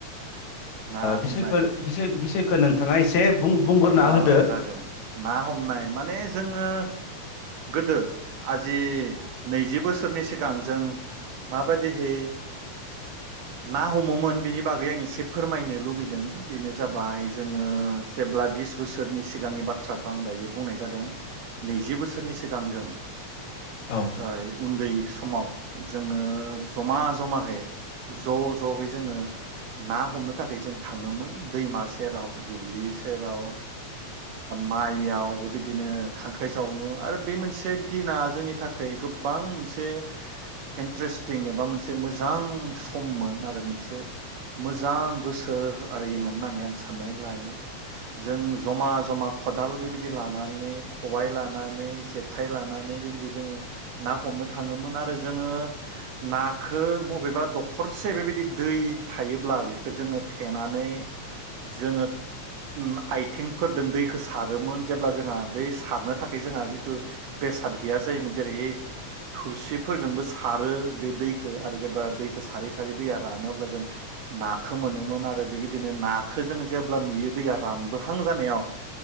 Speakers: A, on the right (about 75°); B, on the left (about 75°).
A: ना हमनाय
B: बिसयखो
A: <inaudible>
B: बिसय बिसयखो नोंथाङा एसे बुं बुंग्रोना
A: अ
B: होदो
A: जागोन ना हमनाय माने जोङो गोदो आजि नैजि बोस सोरनि सिगां जों माबायदिहै ना हमोमोन बिनि बागै आं एसे फोरमायनो लुबैदों बेनो जाबाय जोङो जेब्ला बिस बोसोरनि सिगांनि बाथ्राखौ आं दायो बुंनाय जादों नैजि बोसोरनि सिगां जों ओ
B: औ
A: उन्दै समाव जोङो जमा जमायै ज जह जोङो ना थाखाय जों थाङोमोन दैमा सेराव दुब्लि सेराव माइयाव बेबायदिनो खांख्राइ जावनो आरो बे मोनसे दिना जोंनि थाखाय गोबां मोनसे इन्टारेस्टिं एबा मोनसे मोजां सममोन आरो मोनसे जां बोसोर ओरैमोन होननानै आं साननानै लायो जों जमा जमा खदाल बेबायदि लानानै खबाय लानानै जे आखाइ लानानै बेबायदि जोङो ना हमनो थाङोमोन आरो जोङो नाखौ बबेबा दखरसे बेबायदि दै थायोब्ला जोङो थेनानै जोङो आइथिंफोरदों दैखौ सारोमोन जेब्ला जोंहा बै सारनो थाखाय जोंहा जिथु बेसाद गैया जायोमोन जेरै थोरसिफोरजोंबो सारो बे दैखो आरो जेब्ला दैखौ सारै सारै दैया रानो अब्ला जों नाखौ खौ मोनोमोन आरो बेबायदिनो नाखौ जों जेब्ला नुयो दैया रानबोहां जानायाव